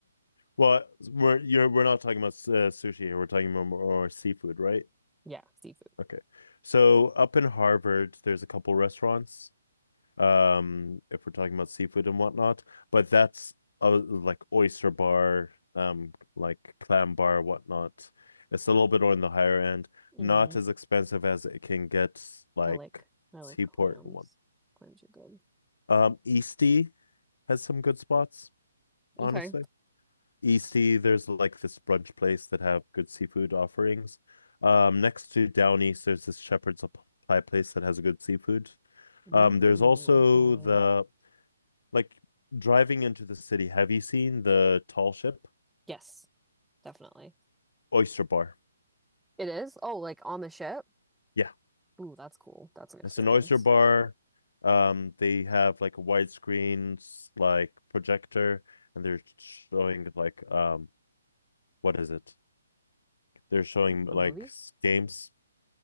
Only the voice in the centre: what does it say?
Yeah, seafood.
Mm,
I like I
like clams.
Clams are good.
Okay.
Ooh,
okay.
Yes, definitely.
It is? Oh, like on the ship?
Ooh, that's cool. That's an experience.
A movie?